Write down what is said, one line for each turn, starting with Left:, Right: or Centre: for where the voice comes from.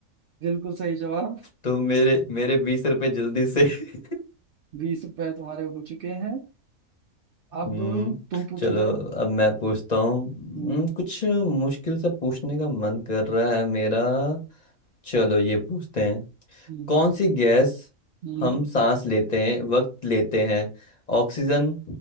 Right: बिल्कुल सही जवाब
Left: तो मेरे मेरे बीस रुपए जल्दी से <laughs>
Right: बीस रुपए तुम्हारे हो चुके हैं अब
Left: हम्म,
Right: तुम पूछो
Left: चलो
Right: जरा
Left: अब मैं पूछता हूँ हम्म,
Right: हम्म
Left: कुछ मुश्किल से पूछने का मन कर रहा है मेरा चलो ये पूछते हैं
Right: हम्म
Left: कौन सी गैस
Right: हम्म
Left: हम सांस लेते हैं वक्त लेते हैं Oxygen